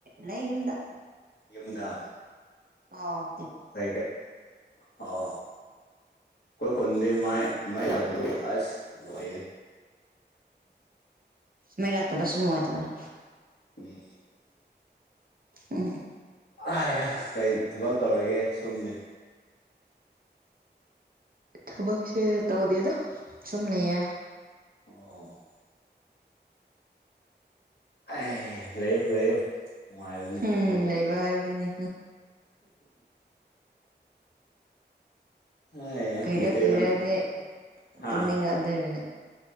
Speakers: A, on the right (about 55°); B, on the left (about 70°).
A: ꯂꯩ ꯌꯨꯝꯗ
B: ꯃꯤꯅ
A: ꯑ
B: ꯀ ꯀ ꯑꯣ ꯀꯣꯏ ꯈꯨꯣꯟꯗꯦ ꯃꯥ ꯇ ꯑꯁ ꯂꯔꯦ
A: ꯃꯩ ꯂꯥꯛꯇꯕꯁꯨ ꯅꯨꯡꯉꯥꯏꯇꯕꯅꯦ
B: ꯎꯝ
A: ꯎꯝ
B: ꯑ ꯀꯔꯤ ꯊꯕꯛ ꯇꯧꯔꯤꯒꯦ ꯁꯨꯝꯗꯤ
A: ꯊꯕꯛꯁꯦ ꯇꯧꯗꯦꯗꯣ ꯁꯨꯝ ꯂꯩꯌꯦ
B: ꯑꯣ ꯑꯦ ꯂꯩꯌꯣ ꯂꯩꯌꯣ ꯅꯨꯡꯉꯥꯏꯕꯅꯦ
A: ꯎꯝ
B: ꯊꯕꯛ ꯇꯧꯗ
A: ꯂꯩꯕ ꯍꯥꯏꯕꯗꯨꯅꯤ
B: ꯑꯩꯌꯥ
A: ꯀ
B: ꯃꯩꯇꯩꯂꯣꯟ
A: ꯀꯗꯦ
B: ꯍꯥ
A: ꯇꯨꯃꯤꯅꯤꯗ ꯏꯕꯅꯦ